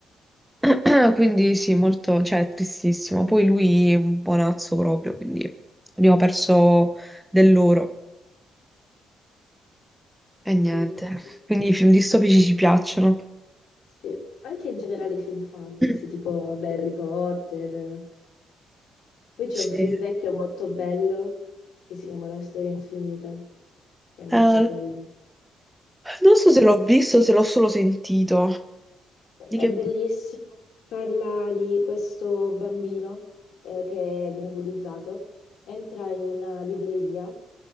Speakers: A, in the centre; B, on the left.
A: <clears throat> Quindi sì, molto, cioè, è tristissimo. Poi lui è un buonazzo proprio, quindi abbiamo perso dell'oro e niente.
B: capito. capito.
A: Quindi i film distopici ci piacciono.
B: Sì, anche in generale i film fantasy,
A: <clears throat>
B: tipo beh, Harry Potter. Poi c'è
A: Sì.
B: un film
A: Eh,
B: vecchio molto bello che si chiama La storia infinita, che è molto
A: Eh,
B: bello.
A: non so se l'ho visto o se l'ho solo sentito.
B: È
A: Di che...
B: bellissimo, parla di questo bambino eh, che viene bullizzato, entra in una libreria